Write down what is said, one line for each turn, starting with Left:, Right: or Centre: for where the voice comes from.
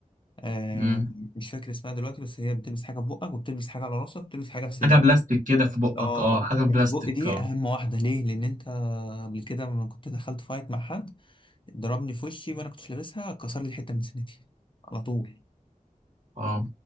Left: آه،
Right: مم.
Left: مش فاكر اسمها دلوقتي بس هي بتلبس حاجه في بقك وبتلبس حاجه على راسك وبتلبس حاجه في صدرك
Right: حاجة بلاستيك كده في بقك
Left: اه
Right: اه حاجة
Left: بتاعت
Right: بلاستيك
Left: البق دي
Right: اه
Left: اهم واحده ليه لان انت قبل كده لما كنت دخلت فايت مع حد ضربني في وشي وانا كنتش لابسها كسر لي حته من سنتي على طول
Right: اه